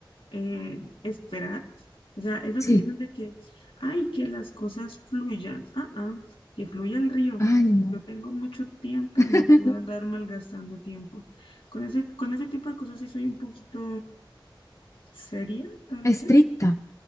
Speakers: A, on the left (about 85°); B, on the left (about 35°).
A: eh, esperar. O sea, eso
B: Sí.
A: que dicen de que, ay, que las cosas fluyan. Ah, ah, que fluya el río.
B: Ay, no.
A: Yo tengo mucho tiempo
B: <laughs>
A: y no puedo andar malgastando tiempo. Con ese, con ese tipo de cosas sí soy un poquito seria, tal
B: Estricta.
A: vez.